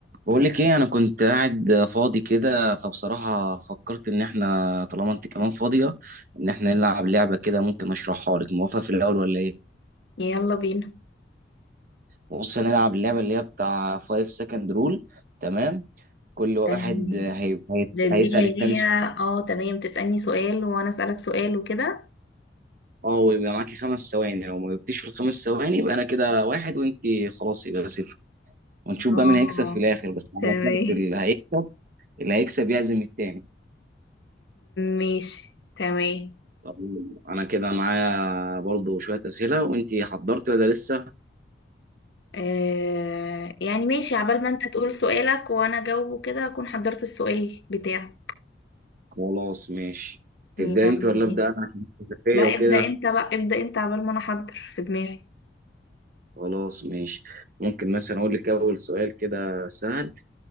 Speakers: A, on the right (about 50°); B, on the left (about 70°).
A: بقول لك ايه انا كنت قاعد فاضي كده فبصراحة فكرت ان احنا طالما انت كمان فاضية ان احنا نلعب لعبة كده ممكن اشرحها لك موافقة في الاول ولا ايه
B: يلا بينا
A: بص هنلعب اللعبة اللي هي بتاع 5 second rule تمام كل واحد
B: تمام
A: هي... هي...
B: ده دي
A: هيسأل
B: اللي
A: التاني
B: هي
A: سؤال
B: اه تمام تسألني سؤال وانا اسألك سؤال وكده
A: اه ويبقى معاكي خمس ثواني لو ما جبتيش في الخمس ثواني يبقى انا كده واحد وانت خلاص يبقى صفر ونشوف
B: اه
A: بقى مين هيكسب في الاخر بس على
B: تمام
A: شرط اللي هيكسب اللي هيكسب يعزم التاني
B: ماشي تمام
A: طب انا كده معايا برضو شوية اسئلة وانتي حضرتي ولا لسه
B: آه يعني ماشي عبال ما انت تقول سؤالك وانا اجاوبه كده اكون حضرت السؤال بتاعي
A: خلاص ماشي تبدأ
B: يلا
A: انت ولا
B: بينا
A: ابدأ انا عشان الخلفية
B: لا
A: وكده
B: ابدأ انت بقى ابدأ انت عبال ما انا احضر في دماغي
A: خلاص ماشي ممكن مثلا اقول لك اول سؤال كده سهل